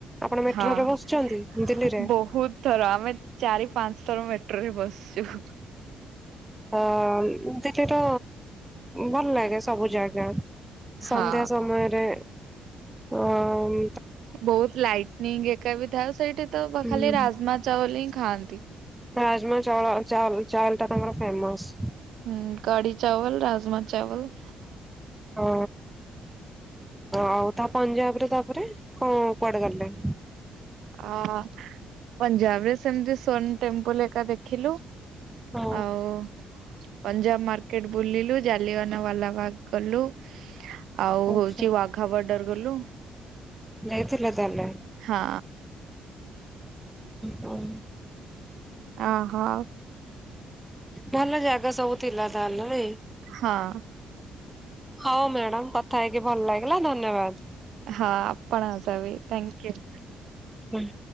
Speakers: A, in the centre; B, on the right.
A: ଆପଣ ମେଟ୍ରୋରେ
B: ହଁ
A: ବସଚନ୍ତି ଦିଲ୍ଲୀରେ?
B: ବହୁତ ଥର ଆମେ ଚାରି ପାଞ୍ଚ ଥର ମେଟ୍ରୋ ରେ ବସଚୁ।
A: ହଁ ଦେଖ ଏତ ଭଲ ଲାଗେ ସବୁ ଜାଗା ସନ୍ଧ୍ୟା
B: ହଁ
A: ସମୟ ଆରେ ଅମ୍
B: ବୋହୁତ ଲାଇଟନିଂ ଏକା ବି ଥାଉ ସେଇଠି ତ
A: ହୁଁ
B: ଖାଲି ରାଜମା ଚାୱଲ ହିଁ ଖାଆନ୍ତି।
A: ରାଜମା ଚାଉଳ ଚାଉଲ ଚାୱଲଟା ତାଙ୍କର ଫେମସ।
B: ହୁଁ କଡି ଚାୱଲ ରାଜମା ଚାୱଲ।
A: ହଁ ଆଉ ତା ପଞ୍ଜାବର ତାପରେ କଣ କୁଆଡେ ଗଲେ।
B: ଅ ପଞ୍ଜାବରେ ସେମତି ସୋନ ଟେମ୍ପଲ ହେକା ଦେଖିଲୁ।
A: ହଁ
B: ଆଉ ପଞ୍ଜାବ ମାର୍କେଟ ବୁଲିଲୁ ଜାଲିଆନା ୱାଲା ବାଗ ଗଲୁ। ଆଉ
A: ଆଚ୍ଛା।
B: ହୋଉଚି ୱାଘା ବଡର ଗଲୁ।
A: ନେଇଥିଲେ ତାହେଲେ?
B: ହଁ।
A: ହଁ।
B: ଓହୋ।
A: ଭଲ ଜାଗା ସବୁ ଥିଲା ତାହେଲେ ନାଇ।
B: ହଁ।
A: ହଉ ମ୍ୟାଡାମ କଥା ହେଇକି ଭଲ ଲାଗିଲା ଧନ୍ୟବାଦ।
B: ହଁ ଆପଣଂକ ସହ ବି ଥ୍ୟାଙ୍କୟୁ।
A: ହୁଁ।